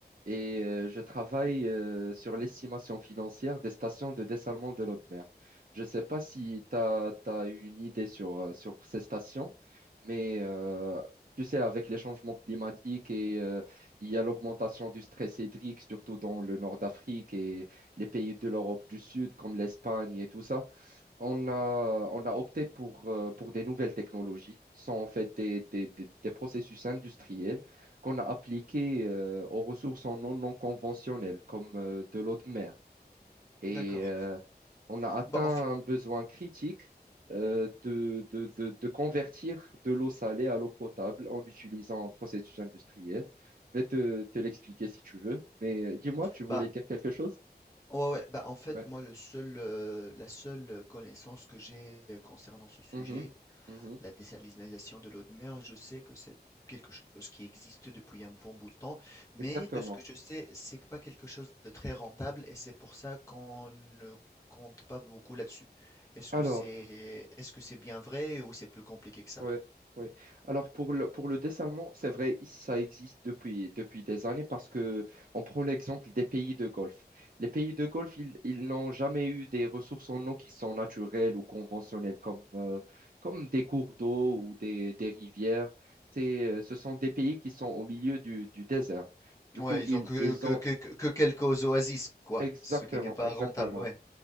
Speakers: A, on the right (about 55°); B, on the left (about 20°).
A: et euh, je travaille euh, sur l'estimation financière des stations de dessalement de l'eau de mer. Je ne sais pas si tu as, une idée sur, euh, sur ces stations, mais euh, tu sais, avec les changements climatiques et euh, il y a l'augmentation du stress hydrique, surtout dans le nord d'Afrique et les pays de l'Europe du Sud, comme l'Espagne et tout ça. On a, on a opté pour, euh, pour des nouvelles technologies. Ce sont en fait des, des, des- des processus industriels qu'on a appliqués euh, aux ressources en eau non conventionnelles, comme euh, de l'eau de mer. Et
B: D'accord.
A: euh, on a atteint
B: Bah,
A: un
B: en fa-
A: besoin critique euh, de, de, de, de convertir de l'eau salée à l'eau potable en utilisant un processus industriel. Je vais te, te l'expliquer si tu veux. Mais euh, dis-moi, tu voulais
B: bah,
A: dire quelque chose?
B: ouais, ouais, bah, en fait,
A: Ouais.
B: moi, le seul, euh, la seule connaissance que j'ai euh, concernant ce sujet,
A: Mhm. Mhm.
B: la désalinisation de l'eau de mer, je sais que c'est quelque chose qui existe depuis un bon bout de temps, mais
A: Exactement.
B: de ce que je sais, c'est pas quelque chose de très rentable et c'est pour ça qu'on ne compte pas beaucoup là-dessus. Est-ce
A: Alors,
B: que c'est, est-ce que c'est bien vrai ou c'est plus compliqué que ça?
A: Ouais, ouais. Alors pour le, pour le dessin allemand, c'est vrai, ça existe depuis, depuis des années parce que on prend l'exemple des pays de Golfe. Les pays de Golfe, ils, ils n'ont jamais eu des ressources en eau qui sont naturelles ou conventionnelles comme, euh, comme des cours d'eau ou des, des rivières. C'est, euh, ce sont des pays qui sont au milieu du, du désert. Du
B: Ouais,
A: coup,
B: ils
A: ils,
B: ont que
A: ils
B: que
A: ont
B: que que que quelques oasis, quoi,
A: exactement,
B: ce qui n'est pas
A: exactement.
B: rentable, ouais.